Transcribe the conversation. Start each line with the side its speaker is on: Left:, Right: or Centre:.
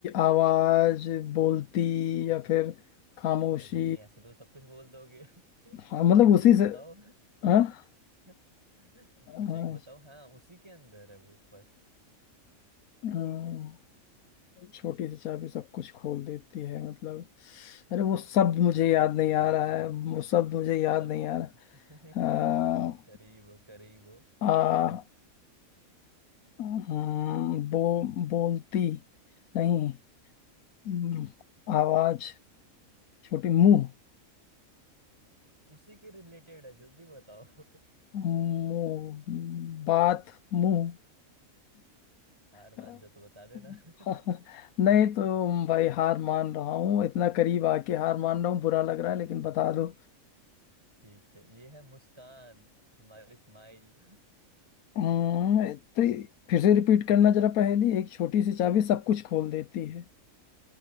Left: आवाज बोलती
Right: हम्म,
Left: या फिर खामोशी
Right: नहीं नहीं ऐसे तो सब कुछ बोल दोगे <laughs>
Left: हाँ मतलब
Right: कुछ
Left: उसी
Right: एक बताओ
Left: से
Right: <laughs>
Left: हाँ
Right: <laughs> कुछ
Left: हाँ,
Right: एक बताओ हाँ उसी के अंदर है वो पर
Left: हम्म, छोटी सी चाबी सब कुछ खोल देती है मतलब अरे वो शब्द मुझे
Right: बहुत
Left: याद नहीं
Right: करीब
Left: आ रहा है वो शब्द मुझे
Right: सब
Left: याद नहीं आ रहा
Right: <laughs>
Left: आ,
Right: करीब हो, करीब हो।
Left: आ हम्म, बो बोलती नहीं हम्म, आवाज छोटी मुंह
Right: उसी के रिलेटेड है जल्दी बताओ <laughs>
Left: मुंह बात मुंह
Right: हार मान
Left: <laughs>
Right: जाओ तो बता देना
Left: <laughs>
Right: <laughs>
Left: नहीं तो भाई हार मान रहा हूँ इतना करीब आके हार मान रहा हूँ बुरा लग रहा है लेकिन बता दो
Right: ठीक है ये है मुस्कान हमारी स्माइल
Left: हम्म, तो फिर से रिपीट करना जरा पहेली एक छोटी सी चाबी सब कुछ
Right: <laughs>
Left: खोल देती है